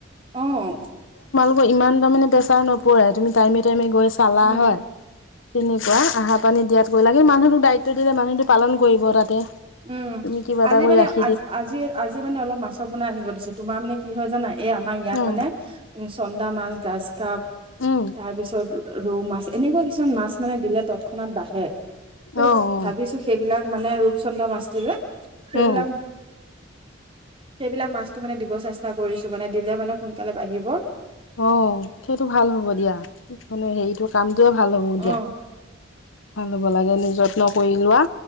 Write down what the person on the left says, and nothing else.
ত ইমান তাৰমানে প্ৰেছাৰ নপৰে তুমি টাইমে টাইমে গৈ চালা
হয় তেনেকুৱা আহা পানী দিয়াত গৈ লাগে মানুহটোক দায়িত্ব দিলে মানুটোক পালন কৰিব তাতে
তুমি কিবা
এটা কৰি
ৰাখিব
অ
উম
অ অ
উম
অ সেইটো ভাল হ'ব দিয়া মানে হেৰিতটো কাম ভাল হ'ব
দিয়া ভাল হ'ব লাগে নিজৰ নকৰি লোৱা